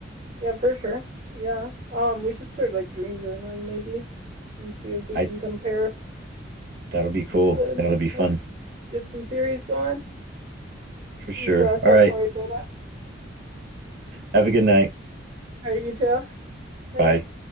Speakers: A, on the right; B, on the right.
A: Yeah, for sure. Yeah. Um, we should start like dream journaling maybe and see if we
B: I
A: can compare
B: that'll be cool.
A: the
B: That'll be fun
A: dreams. Get some theories going.
B: for sure.
A: Pretty sure that's
B: All
A: how
B: right.
A: Freud did it. All
B: Have a good night.
A: right, you too. Night.
B: Bye.